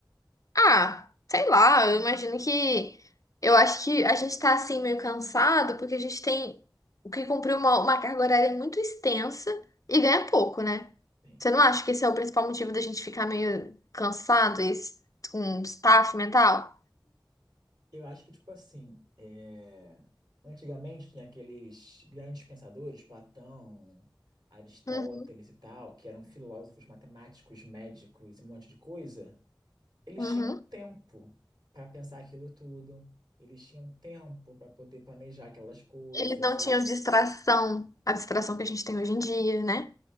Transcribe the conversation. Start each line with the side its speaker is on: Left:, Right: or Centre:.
Left: Ah, sei lá, eu imagino que. Eu acho que a gente tá assim meio cansado porque a gente tem o que cumprir uma, uma carga horária muito extensa e ganha pouco, né?
Right: Sim.
Left: Você não acha que esse é o principal motivo da gente ficar meio cansado e s- com staff mental?
Right: Eu acho que, tipo assim, é, antigamente tinha aqueles grandes pensadores, Platão, Aristóteles
Left: Uhum,
Right: e tal, que eram filósofos, matemáticos, médicos e um monte de coisa. Eles
Left: uhum.
Right: tinham um tempo para pensar aquilo tudo, eles tinham um tempo para poder planejar aquelas coisas
Left: Eles não
Right: e
Left: tinham distração, a distração que a gente tem hoje em dia, né?